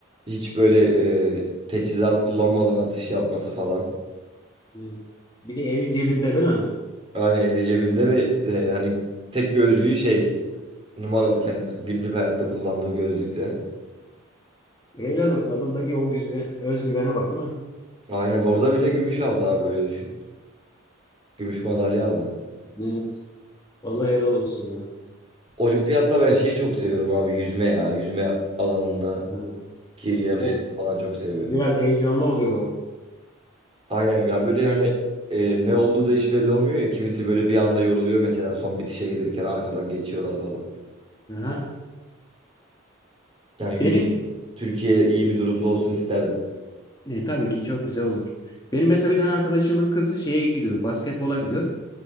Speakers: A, on the right; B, on the left.
A: Hiç böyle e, teçhizat kullanmadan atış yapması falan.
B: evet. Bir de eli cebinde değil mi?
A: Aynen eli cebinde ve e, hani tek gözlüğü şey numaralı kendi günlük hayatta kullandığı gözlükle.
B: <laughs> Helal olsun. Adamdaki o güzve- özgüvene bak değil mi?
A: Aynen orada bile gümüş aldı abi böyle düşün. Gümüş madalya aldı.
B: Evet. Vallahi helal olsun ya.
A: Olimpiyatta ben şeyi çok seviyorum abi yüzme ya. Yüzme alanında
B: Hı.
A: ki yarışları
B: O
A: falan çok seviyorum.
B: biraz heyecanlı oluyor o.
A: Aynen ya böyle hani e, ne olduğu da hiç belli olmuyor ya. Kimisi böyle bir anda yoruluyor mesela son bitişe gelirken arkadan geçiyorlar falan.
B: Aha.
A: Yani yüzme
B: Benim
A: Türkiye iyi bir durumda olsun isterdim.
B: E, tabii ki çok güzel olur. Benim mesela bir tane arkadaşımın kızı şeye gidiyor, basketbola gidiyor.